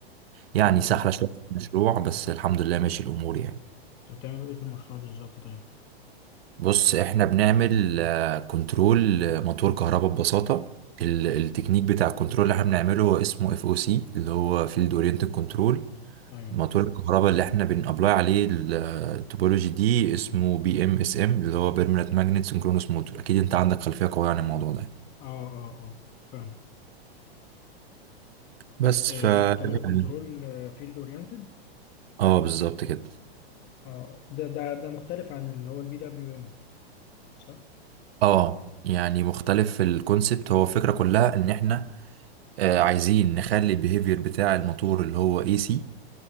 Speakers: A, on the right; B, on the left.
A: يعني
B: حلو
A: سهله
B: قوي
A: شويه في المشروع بس الحمد لله ماشي الامور يعني
B: انتوا بتعملوا ايه في المشروع بالظبط طيب
A: بص احنا بنعمل آه، كنترول آه، موتور كهرباء ببساطه ال- التكنيك بتاع الكنترول اللي احنا بنعمله هو اسمه اف او سي اللي هو فيلد اورينتد كنترول
B: ايوه
A: موتور الكهرباء اللي احنا بنابلاي عليه ال- التوبولوجي دي اسمه بي ام اس ام اللي هو بيرمننت ماجنت سنكرونوس موتور اكيد انت عندك خلفيه قويه عن الموضوع ده
B: اه اه اه فاهمك
A: بس
B: إيه
A: ف يعني-
B: انتوا بتعملوا كنترول فيلد اورينتد
A: اه بالظبط كده
B: اه ده ده ده مختلف عن اللي هو البي دبليو ام صح
A: اه يعني مختلف في الكونسبت هو الفكره كلها ان احنا آه عايزين نخلي البيهيفير بتاع الموتور اللي هو اي سي